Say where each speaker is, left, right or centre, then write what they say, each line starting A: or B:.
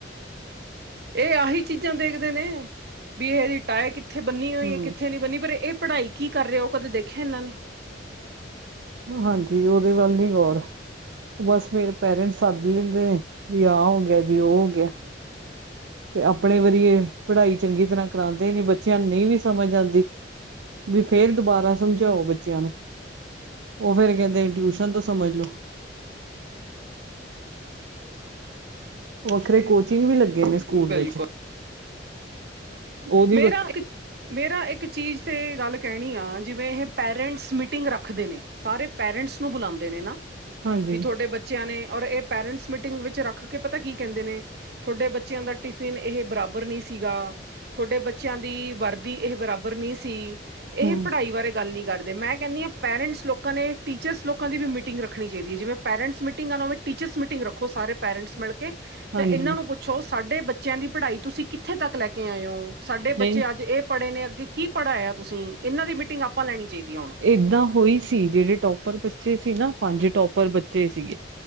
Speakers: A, on the right (about 60°); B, on the right (about 80°).
A: ਇਹ ਆਹੀ ਚੀਜ਼ਾਂ ਦੇਖਦੇ ਨੇ, ਵੀ ਇਹਦੀ ਟਾਈ ਕਿੱਥੇ ਬੰਨੀ ਹੋਈ
B: ਹੂੰ।
A: ਹੈ ਕਿੱਥੇ ਨੀ ਬਨੀ, ਪਰ ਇਹ ਪੜ੍ਹਾਈ ਕੀ ਕਰ ਰਹੇ, ਉਹ ਕਦੇ ਦੇਖਿਆ ਇਹਨਾਂ ਨੇ।
B: ਹਾਂਜੀ, ਉਹਦੇ ਵੱਲ ਨੀ ਗੌਰ। ਬਸ ਫਿਰ ਪੈਰੈਂਟਸ ਸੱਦ ਲੈਂਦੇ ਨੇ, ਵੀ ਆਹ ਹੋ ਗਿਆ ਜੀ ਉਹ ਹੋ ਗਿਆ। ਤੇ ਆਪਣੇ ਵਾਰੀ ਏ, ਪੜ੍ਹਾਈ ਚੰਗੀ ਤਰ੍ਹਾਂ ਕਰਾਉਂਦੇ ਨੀ ਬੱਚਿਆਂ ਨੂੰ ਨਹੀਂ ਵੀ ਸਮਝ ਆਉਂਦੀ ਵੀ ਫੇਰ ਦੁਬਾਰਾ ਸਮਝਾਓ ਬੱਚਿਆਂ ਨੂੰ। ਉਹ ਫੇਰ ਕਹਿੰਦੇ ਨੇ ਟਿਊਸ਼ਨ ਤੋਂ ਸਮਝ ਲੋੋ। ਵੱਖਰੇ ਕੋਚਿੰਗ ਵੀ ਲੱਗੇ ਨੇ ਸਕੂਲ
A: ਬਿਲਕੁਲ
B: ਵਿੱਚ। ਉਹਦੀ
A: ਮੇਰਾ
B: ਵ
A: ਇੱਕ ਮੇਰਾ ਇੱਕ ਚੀਜ਼ ਤੇ ਏ ਗੱਲ ਕਹਿਣੀ ਆ, ਜਿਵੇਂ ਇਹ ਪੇਰੈਂਟਸ ਮੀਟਿੰਗ ਰੱਖਦੇ ਨੇ ਸਾਰੇ ਪੇਰੈਂਟਸ ਨੂੰ ਬੁਲਾਉਂਦੇ ਨੇ ਨਾ,
B: ਹਾਂਜੀ
A: ਵੀ ਤੁਹਾਡੇ ਬੱਚੇ ਬਚਿਆਂ ਨੇ, ਔਰ ਇਹ ਪੇਰੈਂਟਸ ਮੀਟਿੰਗ ਵਿੱਚ ਰੱਖ ਕੇ ਪਤਾ ਕੀ ਕਹਿੰਦੇ ਨੇ ਤੁਹਾਡੇ ਬੱਚਿਆਂ ਦਾ ਟਿਫਿਨ, ਇਹ ਬਰਾਬਰ ਨਹੀਂ ਸੀਗਾ। ਤੁਹਾਡੇ ਬੱਚਿਆਂ ਦੀ ਵਰਦੀ ਇਹ ਬਰਾਬਰ ਨਹੀਂ ਸੀ, ਇਹ
B: ਹੂੰ
A: ਪੜ੍ਹਾਈ ਬਾਰੇ ਗੱਲ ਨਹੀਂ ਕਰਦੇ, ਮੈਂ ਕਹਿੰਦੀ ਹਾਂ ਪੇਰੈਂਟਸ ਲੋਕਾਂ ਨੇ ਟੀਚਰਸ ਲੋਕਾਂ ਦੀ ਵੀ ਮੀਟਿੰਗ ਰੱਖਣੀ ਚਾਹੀਦੀ ਹੈ, ਜਿਵੇਂ ਪੈਰੈਂਟਸ ਮੀਟਗ ਆ ਨਾ ਉਵੇਂ ਟੀਚਰਸ ਮੀਟਿੰਗ ਰੱਖੋ ਸਾਰੇ ਪੇਰੈਂਟਸ ਮਿਲ ਕੇ ਤੇ
B: ਹਾਂਜੀ।
A: ਇਹਨਾਂ ਨੂੰ ਪੁੱ ਪੁਛੋ ਸਾਡੇ ਬੱਚਿਆਂ ਦੀ ਪੜ੍ਹਾਈ ਤੁਸੀਂ ਕਿੱਥੇ ਤੱਕ ਲੈ ਕੇ ਆਏ ਓੰ, ਸਾਡੇ
B: ਨਹੀਂ
A: ਬੱਚੇ ਅੱਜ ਇਹ ਪੜ੍ਹੇ ਨੇ ਅੱਗੇ ਕੀ ਪੜ੍ਹਾਇਆ ਤੁਸੀਂ, ਇਹਨਾਂ ਦੀ ਮੀਟਿੰਗ ਆਪਾਂ ਲੈਣੀ ਚਾਹੀਦੀ ਆ ਹੁਣ।
B: ਏਦਾਂ ਹੋਈ ਸੀ, ਜਿਹੜੇ ਟੌਪਰ ਬੱਚੇ ਸੀ ਨਾ ਪੰਜ ਟੌਪਰ ਬੱਚੇ ਸੀਗੇ।